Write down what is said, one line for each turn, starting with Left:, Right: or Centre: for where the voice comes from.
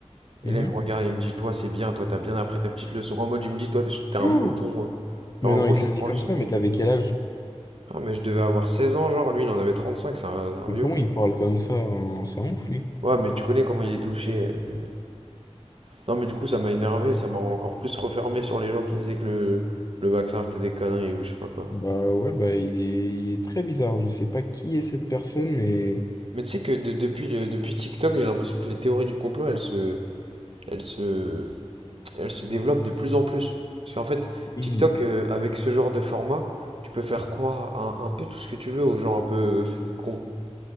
Left: Mhm.
Right: Et là, il me regarde, il me dit, toi, c'est bien, toi, t'as bien appris ta petite leçon. En mode, il me dit, toi, t'es t'es un
Left: Oh
Right: mouton. hein.
Left: mais
Right: Genre, en
Left: non,
Right: gros,
Left: il
Right: il
Left: te
Right: se
Left: l'a
Right: branle
Left: dit comme
Right: sur
Left: ça,
Right: moi.
Left: mais t'avais quel âge?
Right: Ah, mais je devais avoir 16 ans, genre, lui, il en avait 35, c'est un, c'est un
Left: Mais
Right: vieux
Left: comment
Right: con.
Left: il parle comme ça? hein Ça ouf, lui.
Right: Ouais, mais tu connais comment il est touché. euh, Non, mais du coup, ça m'a énervé, ça m'a encore plus refermé sur les gens qui disaient que le, le vaccin c'était des conneries ou je sais pas quoi.
Left: Bah ouais, bah il est, il est très bizarre. Je sais pas qui est cette personne, mais...
Right: Mais tu sais que de- depuis, le- depuis TikTok, j'ai l'impression que les théories du complot elles se, elles se, elles se développent de plus en plus. Parce qu'en fait,
Left: oui
Right: TikTok, euh, avec ce genre de format, tu peux faire croire à un, un peu tout ce que tu veux aux gens un peu euh, cons.